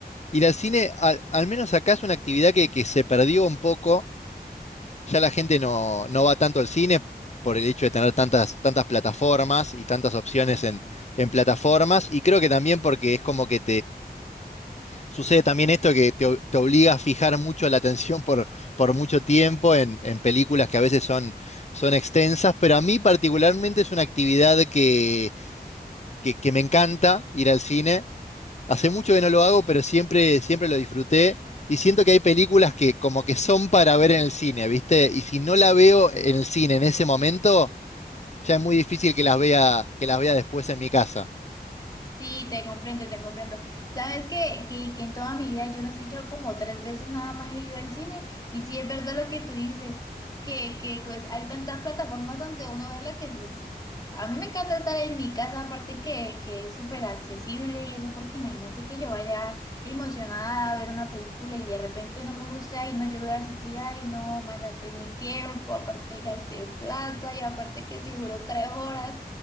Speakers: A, on the left (about 40°); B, on the left (about 20°).
A: Ir al cine, al, al menos acá es una actividad que, que se perdió un poco. Ya la gente no, no va tanto al cine por el hecho de tener tantas, tantas plataformas y tantas opciones en, en plataformas. Y creo que también porque es como que Sucede también esto que te, o- te obliga a fijar mucho la atención por, por mucho tiempo en, en películas que a veces son, son extensas, pero a mí particularmente es una actividad que, que, que me encanta ir al cine. Hace mucho que no lo hago, pero siempre, siempre lo disfruté y siento que hay películas que como que son para ver en el cine, ¿viste? Y si no la veo en el cine en ese momento, ya es muy difícil que las vea, que las vea después en mi casa.
B: Sí, te comprendo, te comprendo. Sabes que, que, que en toda mi vida, yo no sé, yo como tres veces nada más he ido al cine y sí es verdad lo que tú dices, que, que pues hay tantas plataformas donde uno verla que pues a mí me encanta estar en mi casa, aparte que, que es súper accesible y eso, porque imagínate que yo vaya emocionada a ver una película y de repente no me gusta y no, yo voy a sentir, ay, no, me mi tiempo, aparte gasté plata y aparte que si duró tres horas.